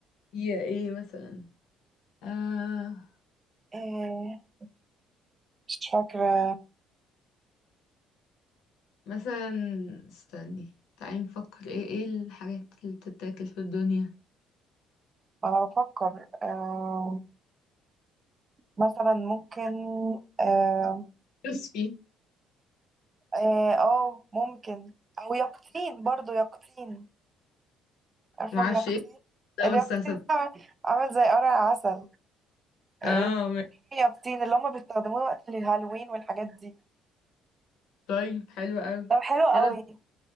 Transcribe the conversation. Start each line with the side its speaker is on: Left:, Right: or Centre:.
Left: يا ايه مثلا آه
Right: آه، مش فاكرة
Left: مثلا استني تعالي نفكر ايه ايه الحاجات اللي بتتاكل في الدنيا
Right: أنا بفكر آه... مثلا ممكن اه,
Left: كريسبي
Right: آه, آه ممكن او يقطين برضو يقطين عارفة
Left: معرفش
Right: اليقطين
Left: ايه ده
Right: اليقطين
Left: بس هصدق
Right: ده عامل زي قرع عسل آه،
Left: اه ماشي.
Right: في يقطين اللي هما بيستخدموه وقت الهالوين والحاجات دي
Left: طيب حلو قوي
Right: طب حلو قوي
Left: كده ف-